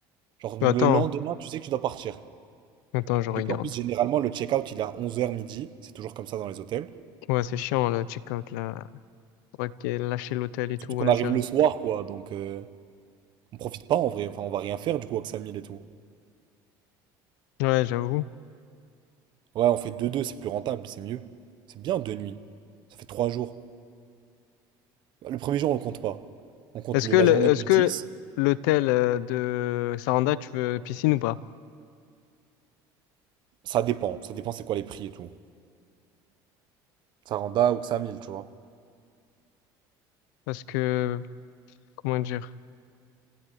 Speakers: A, on the right; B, on the left.
A: Genre le
B: Mais attends,
A: lendemain, tu sais que tu dois partir.
B: attends, je regarde.
A: Et puis en plus, généralement, le check-out, il est à onze heures midi. C'est toujours comme ça dans les hôtels.
B: Ouais, c'est chiant le check-out là. Faudrait que lâcher l'hôtel et
A: Surtout
B: tout, ouais,
A: qu'on arrive
B: c'est vrai.
A: le soir, quoi. Donc euh, on profite pas en vrai. Enfin, on va rien faire du coup avec sa mille et tout.
B: Ouais, j'avoue.
A: Ouais, on fait deux deux c'est plus rentable, c'est mieux. C'est bien deux nuits. Ça fait trois jours. Bah, Le premier jour, on le compte pas. On compte
B: Est-ce
A: le-
B: que
A: la
B: le-
A: journée
B: est-ce
A: du
B: que
A: dix.
B: l'hôtel euh, de Saranda, tu veux piscine ou pas?
A: Ça dépend. Ça dépend c'est quoi les prix et tout. Ça rend Saranda ou que ça mille tu vois.
B: Parce que, comment dire,